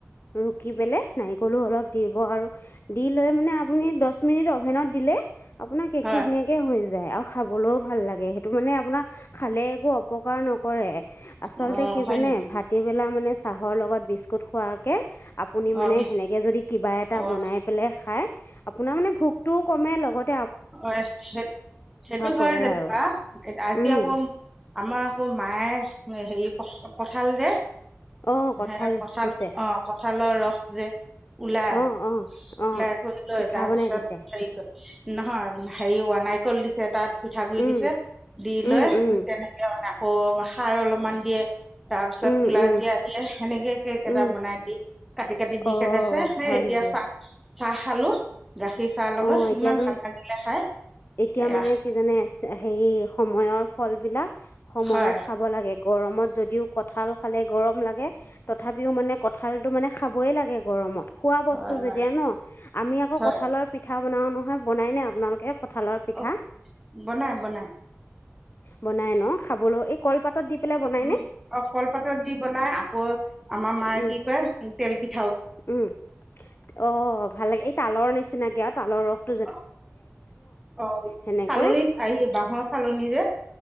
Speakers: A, on the left (about 50°); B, in the centre.
A: ৰুকি পেলাই নাৰিকলো অলপ দিব আৰু দি লৈ মানে আপুনি দচ মিনিট অভেনত দিলে। আপোনাৰ কেকতো
B: হয়
A: ধুনীয়াকে হৈ যায়। যায় আৰু খাবলৈওঁ ভাল লাগে সেইটো মানে। আপোনাৰ খালে একো অপকাৰ নকৰে। আচলতে
B: অঁ
A: কি
B: হয়
A: জানে
B: নেকি
A: ভাতিবেলা মানে চাহৰ লগত বিস্কুট খোৱাকে আপুনি
B: অঁ
A: মানে
B: বিছ
A: সেনেকৈ যদি কিবা এটা
B: অঁ
A: বনাই পেলাই খায়। আপোনাৰ মানে ভোকটোও ক'মে লগত
B: হয়' সে- সেইটো
A: কৰে
B: হয়, যেনিবা
A: আৰু
B: আজি
A: উম
B: আকৌ আমাৰ আৰু মায়ে হেৰি কঠাল দে
A: অ' কঁঠাল
B: হে কঠাল
A: দিছে
B: অ কঠ লৰ ৰস যে। ওলাই
A: অ' অ' অ'
B: ওলাই থ লৈ
A: পিঠা
B: তাৰপিছত
A: বনাই দিছে
B: হেৰি কৰি নহয় হেৰি ৱানাইকলল দিছে তাত পিঠাগুডৰি
A: উম
B: দিছে দি
A: উম
B: লৈ
A: উম
B: তেনেকে মানে আকৌ সাৰ অলপমান দিয়ে। তাৰপিছত
A: উম
B: পোলাাজিৰা
A: উম
B: দিয়ে সেনেকে কেক এটা
A: উম।
B: বনাই দি কাটি কাটি দি
A: অ
B: খেদাইছে
A: হয়
B: এতিয়া
A: নেকি?
B: চাহ চাহ। খালো গাখীৰ চাহ লগত
A: অ
B: সিমান
A: এতিয়াতো
B: ভাল লাগিলে খাই
A: এতিয়া
B: এয়া
A: মানে কি জানে হে সম সময়ৰ ফলবিলাক সময়ত
B: হয়
A: খাব লাগে। গৰমত যদিও কঁঠাল খালে গৰম লাগে তথাপিও মানে কঁঠালটো মানে খাবই লাগে গৰমত। খোৱা বস্তু
B: হয়
A: যেতিয়া ন আমি আকৌ
B: হয়
A: কঠাঁল পিঠা বনাও নহয় বনাই নে আপোনালোকে। কঁঠালৰ পিঠা?
B: অ বনাই বনাই।
A: বনাই ন। খাবলৈ এই কলপাতত দি পেলাই বনাই
B: কলপাতৰ
A: নে?
B: দি বনাই, আকৌ আমাৰ মাই
A: উম
B: কি কৰে তেল পি
A: উম অ ভাল লাগে এই তালৰ নিচিনাকে আৰু তালৰ ৰস
B: অ অ
A: সেনেকৈ
B: চালৰিত আহি বাঁহৰ চালনী যে